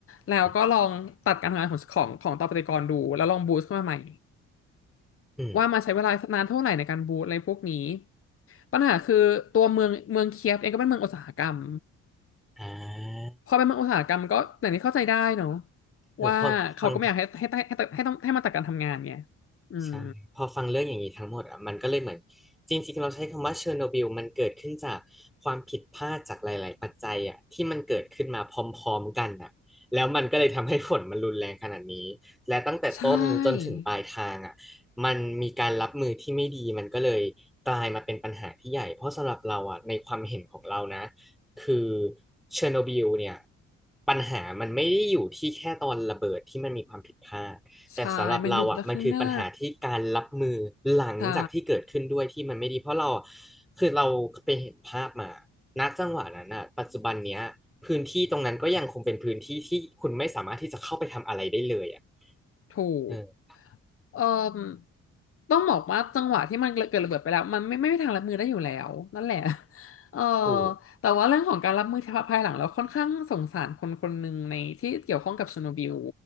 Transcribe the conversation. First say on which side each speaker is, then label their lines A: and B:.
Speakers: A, on the left; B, in the centre.
A: แล้วก็ลองตัดการทำงานของของของตัวปฏิกรณ์ดูแล้วลองบูสต์ขึ้นมาใหม่
B: มอืม
A: ว่ามาใช้เวลานานเท่าไหร่ในการบูสต์อะไรพวกนี้ปัญหาคือตัวเมืองเมืองเคียฟเองก็เป็นเมืองอุตสาหกรรม
B: อ่า
A: พอเป็นเมืองอุตสาหกรรมก็อย่างนี้เข้าใจได้เนาะ
B: เออพอฟัง
A: ว่าเขาก็ไม่อยากให้ให้ให้ให้ให้ต้องให้มาตัดการทำงานไงอืม
B: ใช่พอฟังเรื่องอย่างนี้ทั้งหมดอ่ะมันก็เลยเหมือนจริงๆเราใช้คำว่าเชอร์โนบิลมันเกิดขึ้นจากความผิดพลาดจากหลายๆปัจจัยอ่ะที่มันเกิดขึ้นมาพร้อมๆกันอ่ะแล้วมันก็เลยทำให้ผลมันรุนแรงขนาดนี้และตั้งแต่ต้นจนถึงปลายทางอ่ะ
A: ใช่
B: มันมีการรับมือที่ไม่ดีมันก็เลยกลายมาเป็นปัญหาที่ใหญ่เพราะสำหรับเราอ่ะในความเห็นของเรานะคือเชอร์โนบิลเนี่ยปัญหามันไม่ได้อยู่ที่แค่ตอนระเบิดที่มันมีความผิดพลาด แต่สำหรับเราอ่ะมันคือปัญหาที่การรับมือหลังจากที่เกิดขึ้นด้วยที่มันไม่ดีเพราะเราอะ
A: ใช่มันอยู่แต่ข้างหน้าใช่
B: คือเราไปเห็นภาพมาณจังหวะนั้นอ่ะปัจจุบันเนี้ยพื้นที่ตรงนั้นก็ยังคงเป็นพื้นที่ที่คุณไม่สามารถที่จะเข้าไปทำอะไรได้เลยอ่ะ
A: ถูก
B: เออ
A: เอ่อต้องบอกว่าจังหวะที่มันเกิดระเบิดไปแล้วมันไม่ไม่มีทางรับมือได้อยู่แล้วนั่นแหละ <laughs> เอ่อ
B: ถูก
A: แต่ว่าเรื่องของการรับมือภายหลังเราค่อนข้างสงสารคนคนหนึ่งในที่เกี่ยวข้องกับเชอร์โนบิล